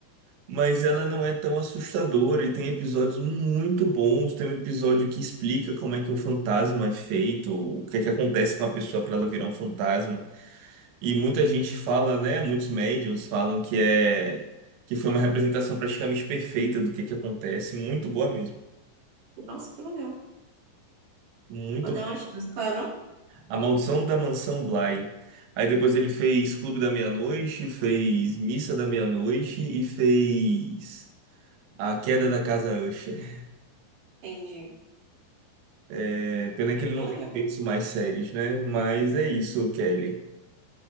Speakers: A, on the right (about 80°); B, on the right (about 70°).
A: mas ela não é tão assustadora e tem episódios muito bons. Tem um episódio que explica como é que um fantasma é feito, o que é que acontece com a pessoa para ela virar um fantasma. E muita gente fala, né? Muitos médiums falam que é que foi uma representação praticamente perfeita do que é que acontece. Muito boa mesmo.
B: Nossa, que legal.
A: Muito.
B: Vou dar uma chance. Qual é o nome?
A: A Maldição da Mansão Bly. Aí depois ele fez Clube da Meia-Noite, fez Missa da Meia-Noite e fez A Queda da Casa Usher.
B: Entendi.
A: É, pena que ele
B: Bem
A: não tem
B: legal.
A: feito mais séries, né? Mas é isso, Kelly.